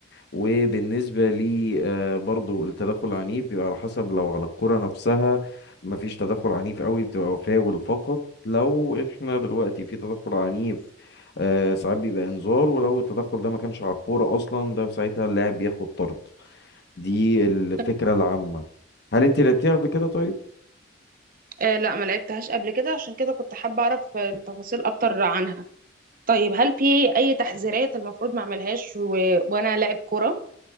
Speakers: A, on the left (about 55°); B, on the right (about 45°).
A: وبالنسبة لي آه، برضو التدخل العنيف بيبقى على حسب لو على الكرة نفسها مفيش تدخل عنيف قوي بتبقى فاول فقط لو احنا دلوقتي في تدخل عنيف آه، ساعات بيبقى انذار ولو التدخل ده ما كانش على الكورة أصلا ده ساعتها اللاعب بياخد طرد دي الفكرة
B: تمام.
A: العامة هل انت لعبتيها قبل كده طيب؟
B: آه لا ما لعبتهاش قبل كده عشان كده كنت حابة أعرف آه، التفاصيل أكتر عنها طيب هل في أي تحذيرات المفروض ما أعملهاش و... وأنا لاعب كرة